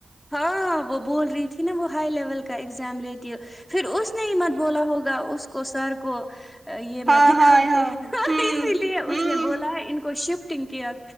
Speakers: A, on the left; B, on the right.
A: ہاں وہ بول رہی تھی نا وہ ہائی لیول کا اگزام لیتی ہے پھر ا نے ہی مت بولا ہوگا اس کو سر کو یہ
B: ہاں
A: م دکھاتے
B: ہاں ہاں ہوں
A: اسی لیے
B: ہوں
A: اس نے بولا ہے ان کو شفٹ ٹنکیا